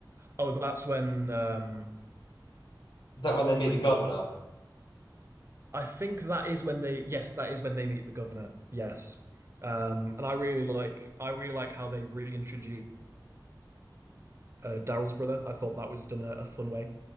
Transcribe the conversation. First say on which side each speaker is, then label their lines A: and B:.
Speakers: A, on the right; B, on the left.
A: oh, that's when um,
B: is that when they meet
A: I
B: the
A: th
B: governor?
A: I think that is when they yes, that is when they meet the governor. Yes, um, and I really like I really like how they reintroduced uh, Daryl's brother. I thought that was done in a, a fun way.